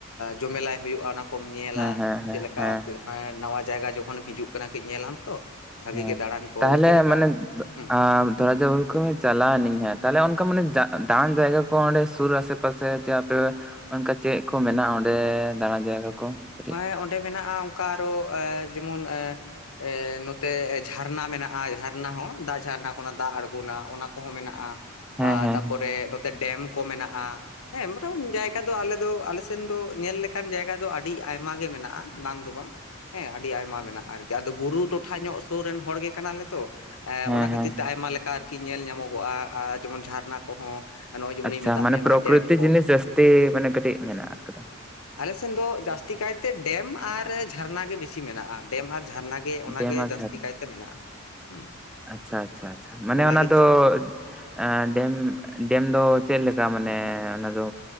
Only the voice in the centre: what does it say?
ᱦᱮᱸ ᱦᱮᱸ ᱦᱮᱸ
ᱦᱮᱸ
ᱦᱮᱸ
ᱛᱟᱦᱞᱮ
ᱢᱟᱱᱮ
ᱟᱸ ᱫᱷᱚᱨᱟᱡᱟᱣ ᱠᱚᱢᱮ ᱪᱟᱞᱟᱣᱱᱟᱹᱧ ᱦᱮᱸ ᱛᱟᱦᱞᱮ ᱚᱱᱠᱟ ᱢᱟᱱᱮ ᱫᱟᱬᱟᱱ ᱡᱟᱭᱜᱟ ᱠᱚ ᱚᱸᱰᱮ ᱥᱩᱨ ᱟᱥᱮ ᱯᱟᱥᱮ ᱪᱮ ᱟᱯᱮ ᱚᱱᱠᱟ ᱪᱮᱜ ᱠᱚ ᱢᱮᱱᱟᱜᱼᱟ ᱚᱸᱰᱮ ᱫᱟᱬᱟᱱ ᱡᱟᱭᱜᱟ ᱠᱚ? ᱠᱟᱹᱴᱤᱡ
ᱦᱮᱸ
ᱦᱮᱸ
ᱦᱮᱸ
ᱦᱮᱸ
ᱟᱪᱪᱷᱟ
ᱢᱟᱱᱮ
ᱯᱨᱚᱠᱨᱤᱛᱤ
ᱡᱤᱱᱤᱥ ᱡᱟᱹᱥᱛᱤ
ᱢᱟᱱᱮ ᱠᱟᱹᱴᱤᱜ ᱢᱮᱱᱟᱜ ᱟᱠᱟᱫᱟ᱾
ᱰᱮᱢ ᱟᱨ
ᱡᱷᱟᱨᱱᱟ
ᱟᱪᱪᱷᱟ ᱟᱪᱪᱷᱟ ᱟᱪᱪᱷᱟ ᱢᱟᱱᱮ
ᱚᱱᱟ ᱫᱚ ᱮ ᱰᱮᱢ ᱰᱮᱢ ᱫᱚ ᱪᱮᱜ ᱞᱮᱠᱟ ᱢᱟᱱᱮ ᱚᱱᱟ ᱫᱚ